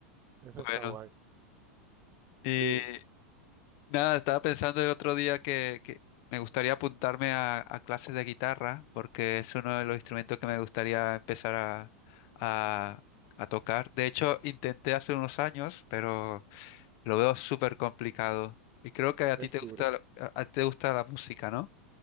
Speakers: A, on the right (about 30°); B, on the left (about 55°).
A: Eso
B: Bueno,
A: está guay.
B: y
A: Sí,
B: nada, estaba pensando el otro día que, que me gustaría apuntarme a, a clases de guitarra, porque es uno de los instrumentos que me gustaría empezar a, a a tocar. De hecho, intenté hace unos años, pero Lo veo súper complicado. Y creo que a
A: es
B: ti te
A: duro.
B: gusta, la- a, a ti te gusta la música, ¿no?